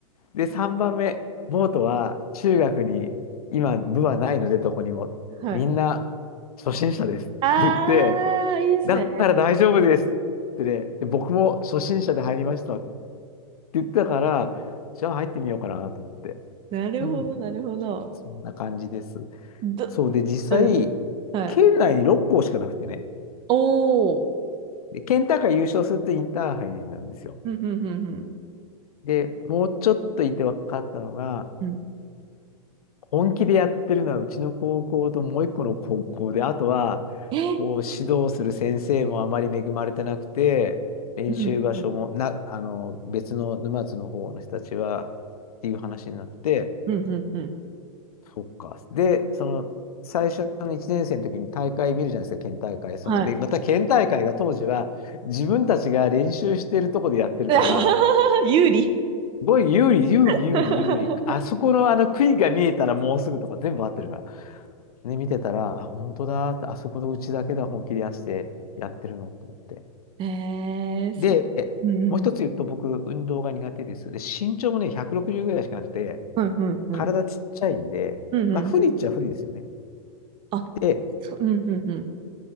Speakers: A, on the left; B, on the right.
A: で、3番目、ボートは中学に今、部はないので、どこにも。
B: ーはい。
A: みんな初心者です。って言って、
B: ああ、いいっすね。
A: だから大丈夫ですってね、で、僕も初心者で入りましたって言ってたから、じゃあ入ってみようかなと思って。
B: なるほど、
A: うん、
B: なるほど。
A: そんな感じです。
B: ど、
A: そうで、実際、
B: うん。はい。
A: 県内に6校しかなくてね。
B: おお。
A: で、ケンタが優勝するとインターハイなんですよ。
B: うん、うん、うん、うん。
A: で、もうちょっといて分かったのが、
B: うん
A: 本気でやってるのはうちの高校ともう一個の高校で、あとは、
B: え
A: こう指導する先生もあまり恵まれてなくて、練習場所もな、
B: うん、うん、
A: あの、別の沼津の方の人たちは、っていう話になって、
B: うん、うん。うん
A: そっか。で、その、最初の1年生の時に大会見るじゃないですか、県大会。その、
B: はい。
A: で、また県大会が当時は、自分たちが練習してるとこでやってるから、
B: <laughs> 有利。
A: すごい有利、有利、
B: <laughs>
A: 有利、有利。あそこのあの杭が見えたらもうすぐとか全部合ってるから。ね、見てたら、あ、本当だって、あそこのうちだけで本気で出してやってるのと思って。
B: えー、そう。
A: で、
B: うん
A: もう一つ言うと僕、運動が苦手です。で、身長もね、160ぐらいしかなくて、
B: うんうん。
A: 体ちっちゃいんで、
B: うんうんうん。
A: まあ、
B: うんうんうん。
A: 不利っちゃ不利ですよね。
B: あ、
A: で、
B: そ、うんうんうん。